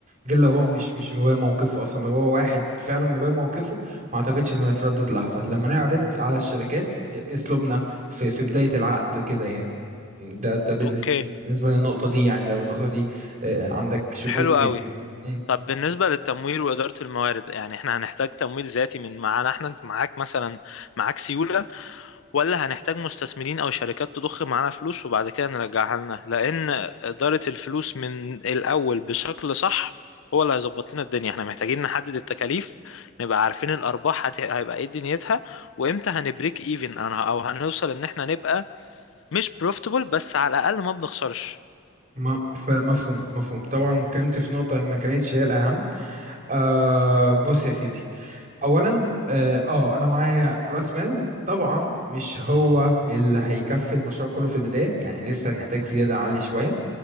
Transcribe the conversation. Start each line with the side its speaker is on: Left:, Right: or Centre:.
Right: غير لو هو مش مش مبين موقفه اصلا لو هو واحد فعلا مبين موقفه ما اعتقدش انه يتردد لحظه لما نعرض على الشركات اسلوبنا في في بدايه العقد كده يعني ده ده بالنسبه
Left: اوكي
Right: بالنسبه للنقطه دي يعني لو النقطه دي آه، عندك شكوك
Left: حلو
Right: فيها
Left: قوي
Right: مم.
Left: طب بالنسبة للتمويل وإدارة الموارد يعني احنا هنحتاج تمويل ذاتي من معانا احنا انت معاك مثلا معاك سيولة ولا هنحتاج مستثمرين أو شركات تضخ معانا فلوس وبعد كده نرجعها لنا لأن إدارة الفلوس من الأول بشكل صح هو اللي هيظبط لنا الدنيا احنا محتاجين نحدد التكاليف نبقى عارفين الأرباح هت- هيبقى ايه دنيتها وامتى هنبريك ايفن انا او هنوصل ان احنا نبقى مش بروفيتبل بس على الأقل ما بنخسرش
Right: ما فمفهوم مفهوم طبعا اتكلمت في نقطة ما كانتش هي الأهم آه بص يا سيدي اولا اه آه، انا معايا راس مال طبعا مش هو اللي هيكفي المشروع كله في البدايه يعني لسه نحتاج زياده عاليه شويه